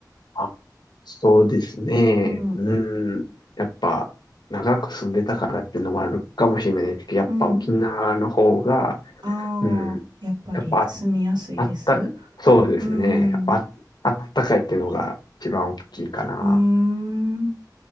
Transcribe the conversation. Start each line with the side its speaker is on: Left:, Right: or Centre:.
Left: あ、そうですね。
Right: うん。
Left: うん。やっぱ、長く住んでたからっていうのもあるかもしれないですけど、やっぱ沖縄の方が、
Right: うん。ああ、
Left: うん。
Right: やっぱり住みやすいです。
Left: やっぱあ、あった、そうですね。
Right: うーん、
Left: やっぱあ、
Right: う
Left: あったかいっていうのが一番大きいかな。
Right: ーん。